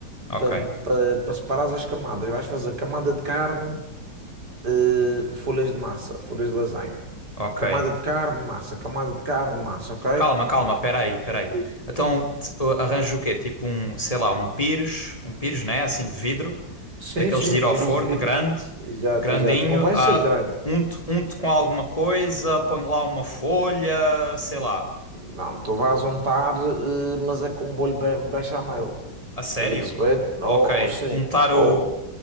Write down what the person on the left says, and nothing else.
Ok,
ok.
Calma, calma, peraí, peraí.
Então t- arranjo o quê? Tipo um, sei lá, um pires, um pires, né? Assim de vidro,
daqueles
de
ir
ao forno,
grande,
grandinho.
ah,
unto, unto com alguma coisa, ponho lá uma folha, sei lá.
A sério?
Ok,
untar o.